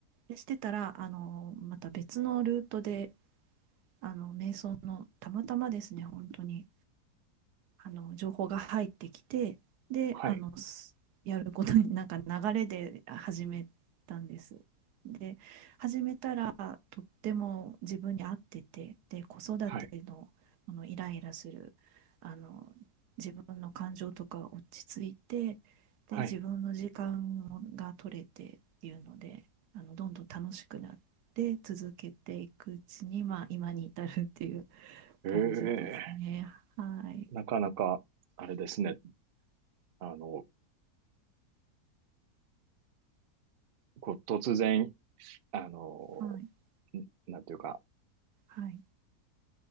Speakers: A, on the right; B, on the right.
A: でしてたらあのまた別のルートであの瞑想のたまたまですね、本当に。あの情報が入ってきてであの
B: はい、はい、
A: やることになんか流れで始めたんです。で始めたらとっても自分に合っててで子育てのこのイライラするあの
B: はい、
A: 自分の感情とか落ち着いて
B: はい。
A: で自分の時間が取れてっていうのであのどんどん楽しくなって続けていくうちに、まあ、今に至るっていう
B: ええ
A: 感じですね。はい、
B: なかなか、あれですね。あの、こう、突然、あの、
A: はい
B: んなんていうか、
A: はい、